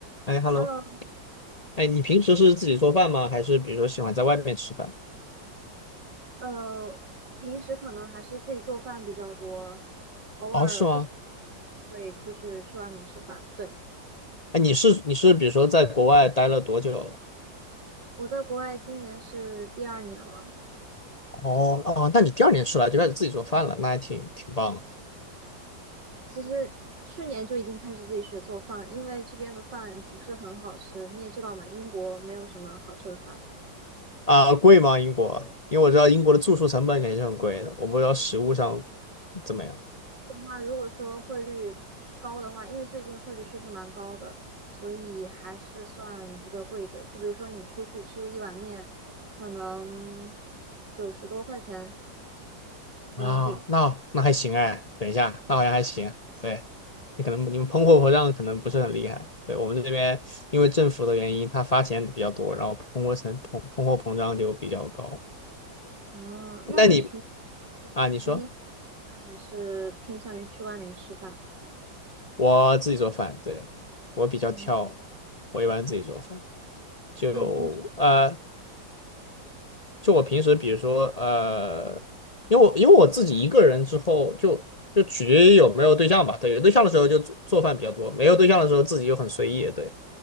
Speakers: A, on the left; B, on the right.
A: 哎，hello，
B: Hello，
A: 哎，你平时是自己做饭吗？还是比如说喜欢在外面吃饭？
B: 呃，平时可能还是自己做饭比较多，偶尔不想
A: 哦，是吗？
B: 会出去去外面吃饭。对，
A: 哎，你是你是比如说在国外待了多久了？
B: 我在国外今年是第二年了，
A: 哦哦，那你第二年出来就开始自己做饭了，那还挺挺棒的
B: 其实去年就已经开始自己学做饭了，因为这边的饭不是很好吃，你也知道嘛，英国没有什么好吃的饭。
A: 啊。贵吗？英国？因为我知道英国的住宿成本肯定是很贵的，我不知道食物上怎么样
B: 的话，如果说汇率高的话，因为最近汇率确实蛮高的，所以还是算比较贵的。就比如说你出去吃一碗面，可能九十多块钱。人民币。
A: 啊。那那还行哎，等一下，那好像还行。对，你可能你们通货膨胀可能不是很厉害。对，我们这边因为政府的原因，它发钱比较多，然后通货成通通货膨胀就比较高。
B: 哦，那你平，
A: 那你
B: 嗯你平
A: 啊，你说
B: 常还是偏向于去外面吃饭？
A: 我自己做饭，对，我比较挑，
B: 嗯，
A: 我一般自己做饭，就呃，
B: 你平，
A: 就我平时比如说呃，因为我因为我自己一个人之后就。就取决于有没有对象吧，对，有对象的时候就做做饭比较多，没有对象的时候自己就很随意，对，